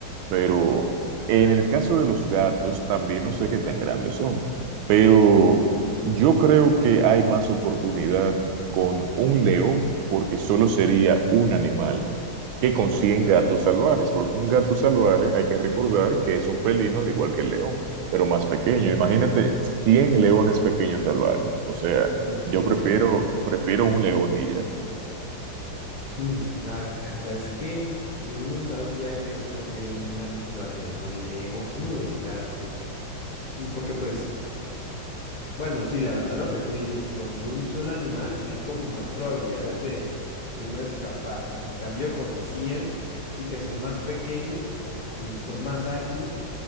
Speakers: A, on the right (about 85°); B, on the left (about 80°).
A: Pero en el caso de los gatos también no sé qué tan grandes son, pero yo creo que hay más oportunidad con un león porque solo sería un animal que consiguen gatos salvajes, porque un gato salvaje hay que recordar que es un felino al igual que el león, pero más pequeño. Imagínate 100 leones pequeños salvajes. O sea,
B: Mm, Siempre.
A: yo prefiero, prefiero un león y ya.
B: Mm, La verdad es que yo no sabría qué escoger en esa situación, o león o los gatos. Mm, Porque pues, bueno, sí, la verdad lo que tú dices, con un solo animal hay como más probabilidades de uno escapar. En cambio, con 100 y que son más pequeños y son más ágiles,